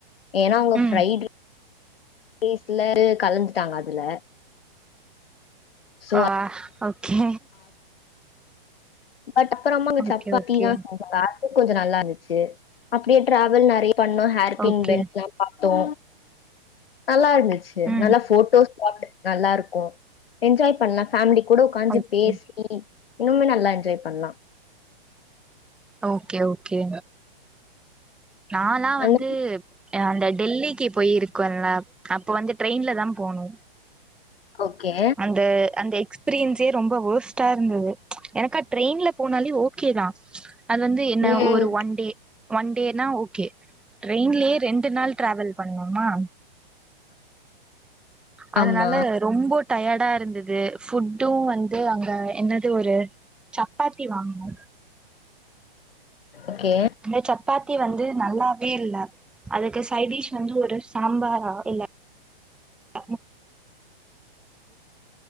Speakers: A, on the left; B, in the centre.
A: ஏனா அவுங்க
B: ம்
A: ஃப்ரைட் டேஸ்ட்ல கலந்துட்டாங்க அதுல சோ
B: ஆ ஓகே
A: பட் அப்றமா அங்க
B: ஓகே
A: சப்பாத்திதா
B: ஓகே
A: சாப் பட கொஞ்சோ நல்லாருந்துச்சு அப்டியே டிராவல் நறய பண்ணோ ஹேர் பின்
B: ஓகே
A: பென்ட்லா பாதோ நல்லாருந்துச்சு
B: ம்
A: நல்லா போட்டோஸ் கிராப்ட் நல்லாருக்கு என்ஜாய் பண்ணலா ஃபேமிலி கூட உட்காஞ்சி
B: ஓகே
A: பேசி இன்னுமே நல்லா என்ஜாய் பண்லா
B: ஓகே ஓகே நாலா வந்து
A: அந்த
B: அந்த டெல்லிக்கி போயிருக்கோல்ல அப்போ வந்து ட்ரெயின்ல தா போணு
A: ஓகே
B: அந்த அந்த எக்ஸ்பீரியன்ஸே ரொம்ப வோர்ஸ்ட்டா இருந்தது எனக்கா ட்ரெயின்ல போனாலே ஓகே தா அது வந்து என்ன
A: ம்
B: ஒரு ஒன் டே ஒன் டே நா ஓகே ட்ரெயின்லயே ரெண்டு நாள் டிராவல் பண்ணோமா அதனால
A: ஆமா
B: ரொம்போ டயார்டா இருந்தது ஃபுட்டு வந்து அங்க என்னது ஒரு சப்பாத்தி வாங்கனோ
A: ஓகே
B: அந்த சப்பாத்தி வந்து நல்லாவே இல்ல அதுக்கு சைட் டிஷ் வந்து ஒரு சாம்பாரா இல்ல <inaudible>